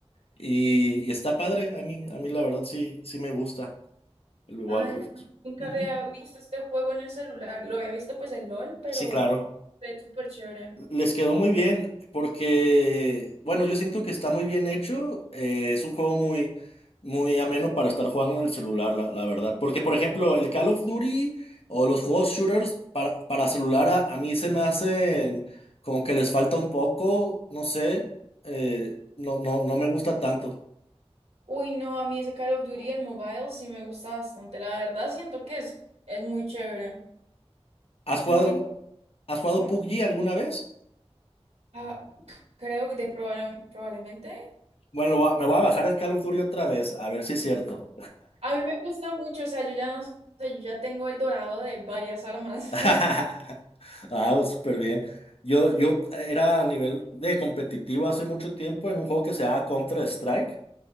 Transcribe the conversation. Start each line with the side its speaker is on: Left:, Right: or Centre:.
Left: y,
Right: Sí.
Left: y está padre, a mí, a mí la verdad sí, sí me gusta el Wild
Right: Ay,
Left: Rift.
Right: la- nunca
Left: Ujú.
Right: había visto este juego en el celular. Lo había visto pues el LOL, pero
Left: Sí, claro.
Right: fue súper chévere.
Left: Les quedó muy bien porque, bueno, yo siento que está muy bien hecho. eh, es un juego muy, muy ameno para estar jugando en el celular, la, la verdad. Porque, por ejemplo, el Call of Duty o los juegos shooters para, para celular a, a mí se me hacen como que les falta un poco, no sé, eh, no, no, no me gusta tanto.
Right: Uy, no, a mí ese Call of Duty, el mobile, sí me gusta bastante. La verdad, siento que es, es muy chévere.
Left: ¿Has jugado,
Right: Lo único,
Left: algu- has jugado
Right: ¿cómo?
Left: PUBG alguna vez?
Right: Ah, creo que de proba- probablemente.
Left: Bueno, lo voy a- me voy a bajar el Call of Duty otra vez, a ver si es cierto.
Right: A mí me gusta mucho, o sea, yo ya no sé, yo ya tengo el dorado de varias armas.
Left: <laughs>
Right: <laughs>
Left: Ah, pues, súper bien. Yo, yo era a nivel de competitivo hace mucho tiempo en un juego que se llama Counter-Strike,